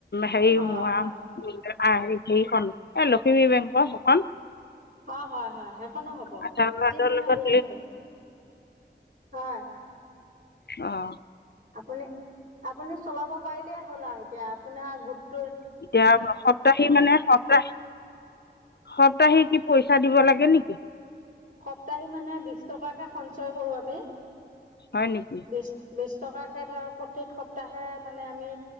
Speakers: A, on the left; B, on the right.
A: হেৰি
B: অ
A: মোৰ
B: হয়
A: আ অ'হ হেৰিখন। এ লখিমী বেংকৰ সেইখন
B: অ' হয়! হয়! সেইখনো হ'ব।
A: আধাৰ কাৰ্ডৰ
B: যিখনে
A: লগত
B: লিংক আছে, হয়।
A: অ'।
B: আপুনি, আপুনি চলাব পাৰিলেই হ'ল আৰু এতিয়া আপোনাৰ গোট
A: এতিয়া সপ্তাহি মানে সপ্তাহ, সপ্তাহিক কি পইচা দিব লাগে? থাকে নেকি?
B: সপ্তাহি মানে, বিশ টকাকে সঞ্চয় কৰোঁ আমি।
A: হয় নেকি
B: বিছ, বিছ বিছ টকাকে ধৰক, প্ৰত্যেক সপ্তাহে মানে, আমি